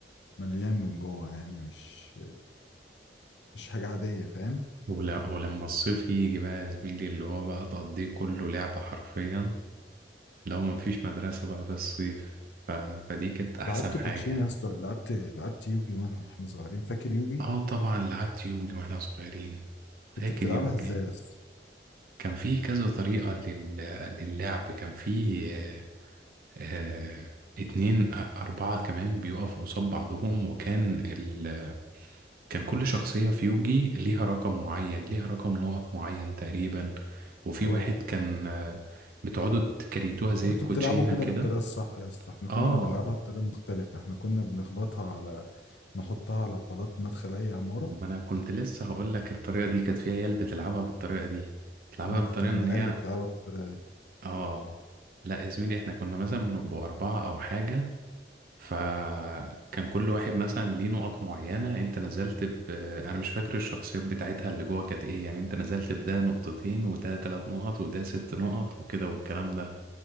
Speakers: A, on the left; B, on the right.
A: مليان من جوه يعني مش مش حاجة عادية فاهم
B: ولا ولما الصيف يجي بقى يا زميلي اللي هو بقى تقضيه كله لعبة حرفيا لو مفيش مدرسة بقى في الصيف ف... فدي كانت أحسن
A: لعبت
B: حاجة
A: كوتشينه
B: يعني.
A: يا اسطى لعبت لعبت يوجي واحنا واحنا صغيرين فاكر يوجي
B: اه طبعا لعبت يوجي واحنا صغيرين فاكر
A: كنت بتلعبها
B: يوجي
A: ازاي يا اسطى
B: كان في كذا طريقة لل... للعب كان في آه... آه، اتنين أ- أربعة كمان بيقفوا قصاد بعضهم وكان ال... كان كل شخصية في يوجي ليها رقم معين ليها رقم نقط معين تقريبا وفي
A: اه
B: واحد كان آه، بتقعدوا تكريتوها زي
A: انت كنت
B: الكوتشينة
A: بتلعبه كده
B: كده
A: بالطريقه الصح يا اسطى احنا
B: اه
A: كنا بنلعبها بطريقه مختلفه احنا كنا بنخبطها على نحطها على بلاط مدخل اي عماره
B: ما انا كنت لسه هقول لك الطريقة دي كانت فيها عيال بتلعبها بالطريقة دي بتلعبها
A: انا
B: بالطريقة
A: كنت من
B: ان
A: العيال
B: هي
A: اللي بتلعبها بالطريقه دي
B: اه لا يا زميلي احنا كنا مثلا بنبقوا أربعة أو حاجة فكان كل واحد مثلا ليه نقط معينة انت نزلت ب انا مش فاكر الشخصيات بتاعتها اللي جوه كانت ايه يعني انت نزلت بده نقطتين وده تلات نقط وده ست نقط وكده والكلام ده